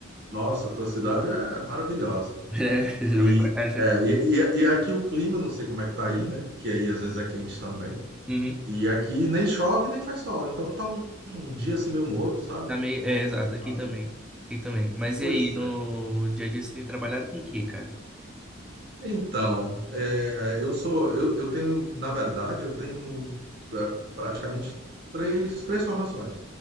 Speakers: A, on the right; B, in the centre.
A: nossa, a tua cidade é maravilhosa.
B: É, <laughs> já
A: E,
B: vim pra cá já.
A: é, e, e, e aqui o clima, não sei como é que tá aí, né? Que aí às vezes é quente também.
B: Uhum.
A: E aqui nem chove nem faz sol. Então tá um, um dia assim meio morno, sabe?
B: Tá meio...
A: Bom
B: É, exato,
A: pra ficar em casa.
B: aqui também.
A: né?
B: Aqui também. Mas
A: Pois
B: e aí, no
A: é.
B: dia a dia você tem trabalhado com o quê, cara?
A: Então, é, eu sou, eu, eu tenho, na verdade, eu tenho é, praticamente três, três formações.